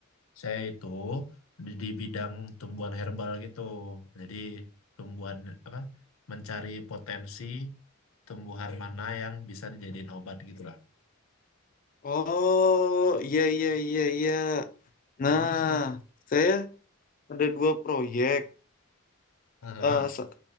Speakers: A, on the left; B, on the left.
A: saya itu di, di bidang tumbuhan herbal gitu. Jadi tumbuhan apa? Mencari potensi tumbuhan mana yang bisa dijadiin obat gitu lah.
B: Oh, iya iya iya iya. Nah,
A: Nah, Mas, eh,
B: saya ada dua proyek.
A: aha.
B: Eh, sa-